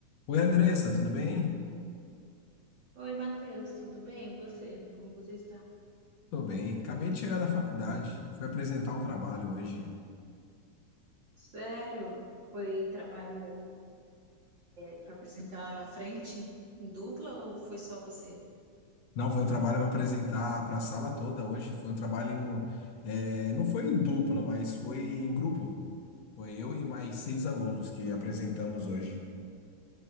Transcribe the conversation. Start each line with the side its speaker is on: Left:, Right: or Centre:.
Left: Oi, Andressa, tudo bem?
Right: Oi, Matheus, tudo bem? E Você? Como você está?
Left: Tô bem. Acabei de chegar da faculdade. Fui apresentar um trabalho hoje.
Right: Sério? Foi trabalho para apresentar lá na frente? Em dupla ou foi só você?
Left: Não, foi um trabalho para apresentar para a sala toda hoje. Foi um trabalho em um, é, não foi em dupla, mas foi em grupo. Foi eu e mais seis alunos que apresentamos hoje.